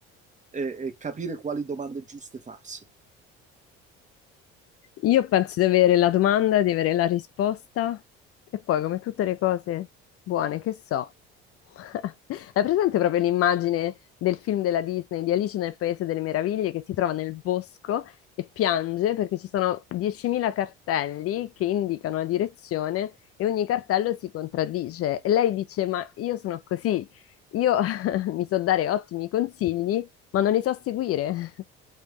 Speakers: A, on the right; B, on the left.
A: è- è capire quali domande giuste farsi.
B: Io penso di avere la domanda, di avere la risposta e poi, come tutte le cose buone che so, <laughs> hai presente proprio l'immagine del film della Disney di Alice nel Paese delle Meraviglie che si trova nel bosco e piange perché ci sono 10.000 cartelli che indicano la direzione e ogni cartello si contraddice. E lei dice: Ma io sono così, io <laughs> mi so dare ottimi consigli, ma non li so seguire. <laughs>